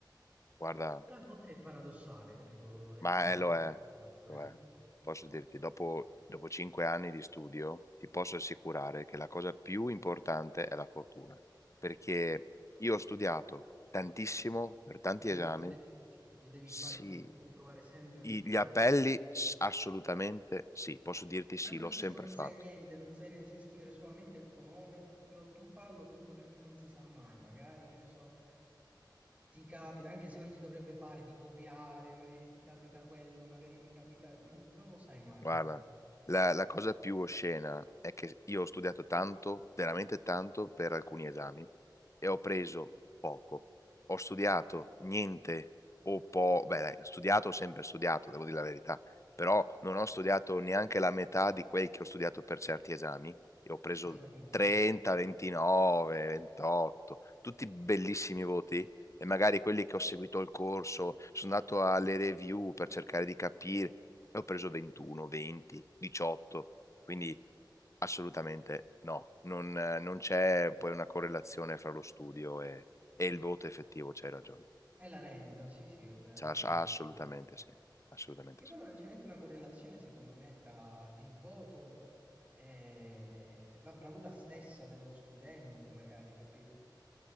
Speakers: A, on the left; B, on the right.
A: guarda.
B: Però a volte è paradossale, capito? È
A: Ma
B: tanta
A: eh, lo
B: fortuna
A: è,
B: pure.
A: lo è. Posso dirti, dopo, dopo cinque anni di studio, ti posso assicurare che la cosa più importante è la fortuna, perché io ho studiato tantissimo per tanti
B: Li devi
A: esami,
B: fare tutti, li devi
A: sì,
B: fare tutti, devi provare sempre tutti,
A: I- gli appelli
B: questo. è- il suo.
A: s- assolutamente sì, posso dirti sì,
B: Anche
A: l'ho sempre
B: se non
A: fatto,
B: sai niente, non sai, ne- sai scrivere solamente il tuo nome, però tu fallo comunque perché non si sa mai, magari, che ne so, ti capita, anche se non si dovrebbe fare, di copiare, magari ti capita quello, magari ti capita... mm, non lo sai mai,
A: Guarda,
B: capito?
A: la, la cosa più oscena è che io ho studiato tanto, veramente tanto, per alcuni esami e ho preso poco. Ho studiato niente o po', beh, dai, studiato ho sempre studiato, devo dire la verità, però non ho studiato neanche la metà di quel che ho studiato per certi esami e ho preso
B: E sono andati male.
A: 30, 29, 28, tutti bellissimi voti. E magari quelli che ho seguito il corso, sono andato alle review per cercare di capire e ho preso 21, 20, 18, quindi assolutamente no, non, eh, non c'è poi una correlazione fra lo studio e, e il voto effettivo, c'hai ragione.
B: E la rendita, sì, sì, è vero,
A: C'ha-
B: è vero.
A: c'ha assolutamente sì, assolutamente
B: Che
A: sì.
B: però non c'è neanche una correlazione, secondo me, tra il voto e la bravura stessa dello studente, magari, capito?